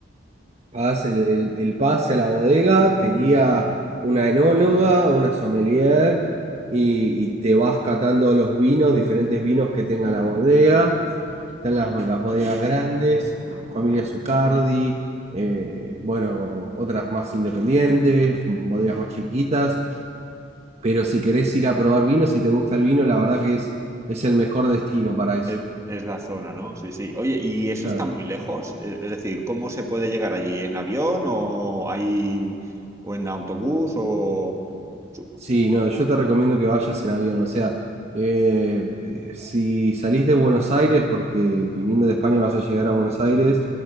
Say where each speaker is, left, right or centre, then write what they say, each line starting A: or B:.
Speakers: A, on the right; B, on the right.
A: Pagás el, el- el pase a la bodega, te guía
B: Mm.
A: una enóloga, una sommelier y, y te vas catando los vinos, diferentes vinos que tenga la bodega.
B: Mm.
A: Están las, las bodegas grandes, Familia Zucardi, eh, bueno, otras más independientes, bodegas más chiquitas. Pero si querés ir a probar vino, si te gusta el vino, la verdad que es, es el mejor destino para eso.
B: Es, es la zona, ¿no? Sí, sí. Oye, ¿y eso
A: Claro.
B: está muy lejos? E- Es decir, ¿cómo se puede llegar allí? ¿En avión o hay o en autobús o su-
A: Sí, no, yo te recomiendo que vayas en avión. O sea, eh, eh, si salís de Buenos Aires, porque viniendo de España vas a llegar a Buenos Aires,